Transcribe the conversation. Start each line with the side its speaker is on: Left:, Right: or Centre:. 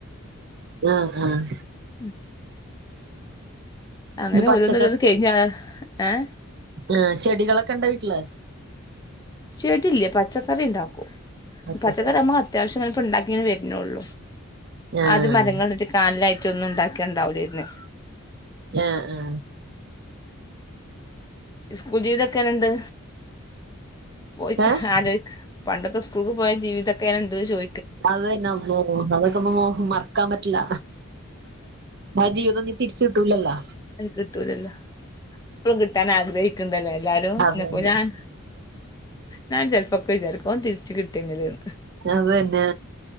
Right: ആഹ് ആഹ്.
Left: ഉം അങ്ങനെ
Right: പിന്നെ പച്ചക്കറി
Left: ഓരോന്ന് ഓരോന്ന് കേക്കാണ്. ഏഹ്
Right: ആഹ് ചെടികളെ കണ്ടോ വീട്ടില്
Left: ചെടില്ല പച്ചക്കറിയുണ്ടാക്കും.
Right: പച്ചക്കറി
Left: പച്ചകറി നമ്മള് അത്യാവശ്യത്തിന്. ഇപ്പ ഉണ്ടാക്കേ വരുന്നേള്ളൂ.
Right: ആഹ്
Left: അത് മരങ്ങളിട്ട്. <unintelligible> മറ്റൊന്ന് ഉണ്ടാക്കേണ്ടാ വരുന്നേ.
Right: ആ ആ
Left: സ്കൂൾ ജീവിതൊക്കെനണ്ട് പോയിട്ട്
Right: ഏഹ്
Left: ആലോയ്ക്ക് പണ്ടത്തെ സ് സ്കൂൾക്ക് പോയ ജീവിതൊക്കെ എങ്ങനെണ്ട് ചോ
Right: അതനെ അന്നും ഇന്നും അതൊക്കെ ഒന്നും മറക്കാൻ പറ്റില്ല ആ ജീവിതം ഞ്ഞ് തിരിച്ചു കിട്ടൂലല്ലോ
Left: അത് കിട്ടൂലല്ലോ ഇപ്പളും കിട്ടാൻ ആഗ്രഹിക്കണ്ടല്ലേ എല്ലാരും
Right: അത്
Left: <unintelligible>
Right: തന്നെ
Left: ഞാൻ ഞാൻ ച ൽപൊക്ക വിചാർക്കും അഒന്ന്തിരിച്ച് കിട്ട്യങ്ക് ല്ന്ന്
Right: അത് തനെ